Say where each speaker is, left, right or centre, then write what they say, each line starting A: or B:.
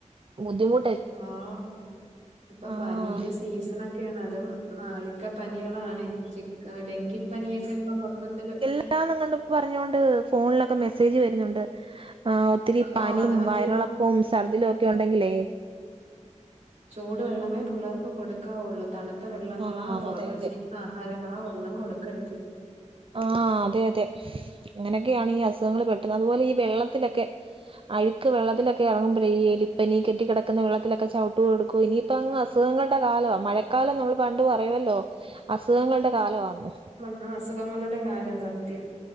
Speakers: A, on the right; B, on the right.
A: ബുദ്ധിമു
B: ആഹ് ഇപ്പൊ
A: ആഹ്
B: പനീരെ സീസണ് ക്കേണ്. അതും അഴിക്കപ്പനികളാണെ. ചിക്കൻ ഡെങ്കിപ്പനിയൊക്കെ ഇപ്പം മൊത്തത്തില്,
A: <unintelligible> പ്പ പറഞ്ഞൊണ്ട് ഫോണിലൊക്കെ മെസ്സേജ് വരുന്നുണ്ട് ആഹ് ത്തിരി പനിയും
B: ഓ അത് മറ്റേ
A: വയറിളക്കവും സർദിലും ഒക്കെ ഉണ്ടെങ്കിലേ
B: ചൂടുവെള്ളമേ പിള്ളേർക്ക് കൊടുക്കാവുള്ളൂ തണുത്ത വെള്ളങ്ങളാ
A: ആഹ്
B: തുറന്ന
A: അതെ
B: വെച്ചിരിക്കുന്ന
A: അതെ
B: ആഹാര ങ്ങളോ ഒന്നും കൊടുക്കരുത്
A: ആഹ് അതെ അതെ അങ്ങനെയൊക്കെയാണ് ഈ അസുഖങ്ങൾ പെട്ടുന്നത് അതുപോലെ ഈ വെള്ളത്തിലൊക്കെ അഴുക്ക് വെള്ളത്തിലൊക്കെ എറങ്ങ്മ്പയെ എലിപ്പനി കെട്ടിക്കെടക്ക്‌ന്ന വെള്ളത്തിലൊക്കെ ചവ്ട്ട് കൊടുക്കും ഇനി പ്പങ്ങ് അസുഖങ്ങളുടെ കാലവാ മഴക്കാലം നമ്മൾ പണ്ട് പറയുമല്ലോ അസുഖങ്ങളുടെ കാലവാന്ന്
B: ആഹ് അസുഖങ്ങളുടെ കാലം സത്യം